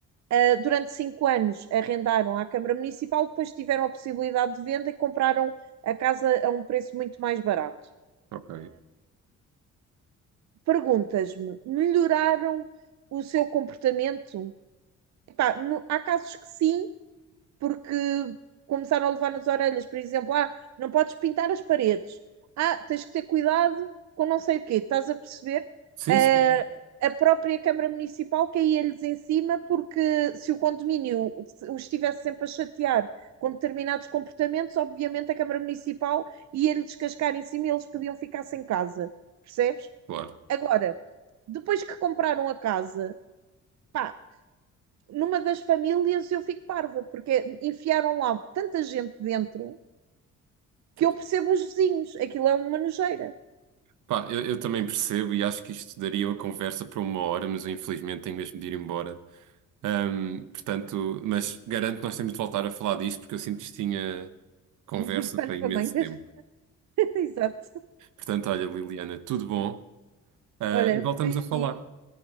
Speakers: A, on the right (about 65°); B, on the right (about 80°).
A: Uh, durante cinco anos arrendaram à Câmara Municipal, depois tiveram a possibilidade de venda e compraram a casa a um preço muito mais barato.
B: Ok.
A: Perguntas-me, melhoraram o seu comportamento? Epá, no, há casos que sim, porque começaram a levar nas orelhas, por exemplo, ah, não podes pintar as paredes, ah, tens que ter cuidado com não sei o quê, estás a perceber?
B: Sim,
A: Ah,
B: sim,
A: a própria Câmara Municipal caía-lhes em cima porque se o condomínio os estivesse sempre a chatear com determinados comportamentos, obviamente a Câmara Municipal ia-lhe descascar em cima e eles podiam ficar sem casa, percebes?
B: claro.
A: Agora, depois que compraram a casa, pá, numa das famílias eu fico parva, porque enfiaram lá tanta gente dentro que
B: Pois.
A: eu percebo os vizinhos. Aquilo é uma nojeira.
B: Pá, eu, eu também percebo e acho que isto daria uma conversa para uma hora, mas eu infelizmente tenho mesmo de ir embora. Ahm, portanto, mas garanto que nós temos de voltar a falar disto porque eu sinto que isto tinha
A: <laughs>
B: conversa
A: Muito pano
B: para imenso
A: para mangas.
B: tempo.
A: <laughs> Exato.
B: Portanto, olha, Liliana, tudo bom? Ah,
A: Olha,
B: e voltamos
A: beijinho.
B: a falar.